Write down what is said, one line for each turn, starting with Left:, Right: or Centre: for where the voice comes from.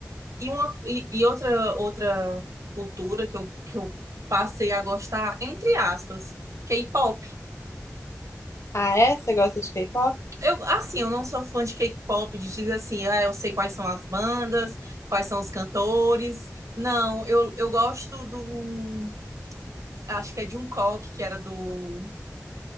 Right: E, uma, e, e outra, outra cultura que eu, que eu passei a gostar, entre aspas, K-pop.
Left: Ah, é? Você gosta de K-pop?
Right: Eu, assim, eu não sou fã de K-pop, de dizer assim, ah, eu sei quais são as bandas, quais são os cantores. Não, eu, eu gosto do acho que é Jungkook, que era do.